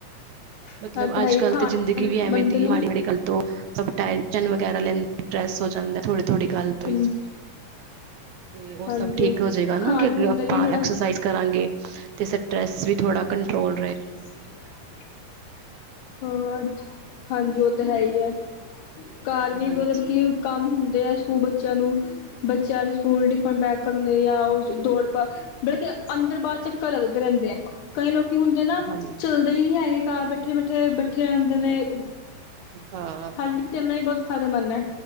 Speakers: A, on the left; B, on the right.
A: ਇਹ
B: ਮਤਲਬ
A: ਤਾਂ
B: ਅਜ-ਕਲ
A: ਹੈ ਹੀ ਖਾਣ
B: ਜ਼ਿੰਦਗੀ ਵੀ ਐਵੇਂ
A: ਬੰਦੇ
B: ਦੀ
A: ਨੂੰ
B: ਮਾੜੀ-ਮਾੜੀ ਗੱਲ ਤੋਂ ਸਭ ਟੈਸ਼ਨ ਵਗੈਰਾ ਲੈਂਦੇ ਸਟ੍ਰੈੱਸ ਹੋ ਜਾਂਦਾ ਥੋੜੀ-ਥੋੜੀ ਗੱਲ ਤੋਂ
A: ਹਾਂਜੀ
B: ਹੀ, ਤੇ ਉਹ
A: ਹਾਂਜੀ
B: ਸਭ ਠੀਕ ਹੋ ਜਾਏਗਾ
A: ਖਾਣ
B: ਨਾ ਕੀ ਅੱਗੇ
A: ਪੀਣ
B: ਆਪਾਂ
A: ਦਾ ਵੀ ਥੋੜਾ
B: ਐਕਸਰਸਾਈਜ਼ ਕਰਾਂਗੇ ਤੇ, ਸਟਰੈਸ ਵੀ ਥੋੜਾ ਕੰਟਰੋਲ ਰਹੇ
A: <unintelligible> ਹੋਰ ਹਾਂਜੀ ਉਹ ਤੇ ਹੈ ਹੀ ਏ ਘਰ ਵੀ
B: ਹਾਂਜੀ
A: ਮੱਤਲਬ ਕੀ ਕੰਮ ਹੁੰਦੇ ਏ ਸਕੂਲ ਬੱਚਿਆਂ ਨੂੰ ਬੱਚਿਆਂ ਦੇ ਸਕੂਲ ਟਿਫਿਨ ਪੈਂਕ ਕਰਨੇ, ਜਾਂ ਉਹ ਦੌੜ ਪਾ ਕਿ ਅੰਦਰ-ਬਾਹਰ ਚੱਕਰ ਲਗਦੇ ਰਹਿੰਦੇ ਆ। ਕਈ ਲੋਕੀ ਹੁੰਦੇ ਨਾ
B: ਹਾਂਜੀ
A: ਚੱਲਦੇ ਹੀ ਨਹੀਂ ਹੈਗੇ, ਘਰ ਬੈਠੇ -ਬੈਠੇ -ਬੈਠੇ ਰਹਿੰਦੇ ਨੇ।
B: ਹਾਂ
A: ਹਾਲੇ ਤਾਂ ਇਤਨਾ ਹੀ ਬਹੁਤ ਫਾਇਦੇਮੰਦ ਹੈ।